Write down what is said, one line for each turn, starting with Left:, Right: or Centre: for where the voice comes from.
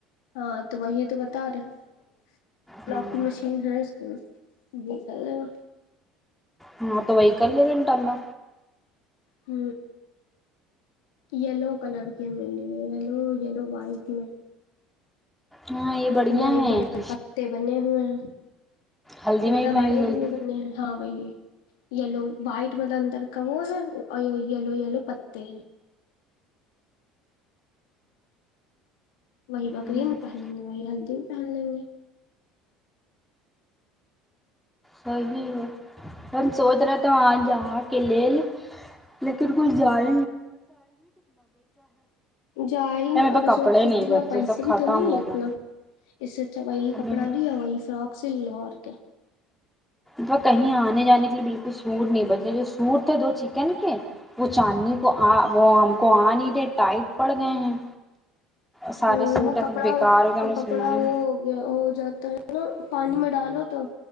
Left: ہاں تو وہی تو بتا رہے
Centre: ہ
Left: لوک کی مشین ہے اس کے نکلے گا
Centre: ہاں تو ویک ال ل گینٹنا
Left: ہ یلو کلر کی ہم ل لی یلو یلو وائٹ میں
Centre: ہاں یہ
Left: اس
Centre: بڑھیا
Left: بڑے
Centre: ہے
Left: بڑے
Centre: کہ
Left: پتے بنے بر
Centre: ہلدی
Left: زیادہ
Centre: میں پہن
Left: بڑے
Centre: لو
Left: بھی نہیں
Centre: گی
Left: بنے ہاں وہی یلو وائٹ مطلب اندر کا وہ ہے یلو یلو پتے ہیں وہی بکری
Centre: ہ
Left: نہ پہن لیں گے وہی ہلدی پہن لیں گے
Centre: صحیح ہے ہم سوچ رہے تھے وہاں جہاں کے لیے لیکن کھ جائ
Left: جا ہی نہیں
Centre: میرے پاس
Left: اگر
Centre: کپڑے
Left: اس ب کسی
Centre: نہیں
Left: کے
Centre: بچے
Left: بع پیسے
Centre: سب ختم
Left: بھی تو نہیں
Centre: ہو
Left: ہے اتنا
Centre: گئے
Left: اس سے اچھا وہی
Centre: اب
Left: کپڑا لیا وہی فراک د لو آر کیا
Centre: تو کہیں آنے جانے کے لی بالکل سور نہیں بچے جو سور تھا دو چ وہ چاندنی کو وہ ہم کو آ نہیں دے ٹائٹ پڑ گئے ہیں سارے
Left: ہ
Centre: سوٹ
Left: وہ
Centre: ایسے
Left: کپڑا
Centre: بےیکار
Left: وہ
Centre: ہو گئے ہم نے
Left: کپڑا
Centre: سنائی
Left: وہ گیا ہو جاتا ہے نا پانی میں ڈالو تو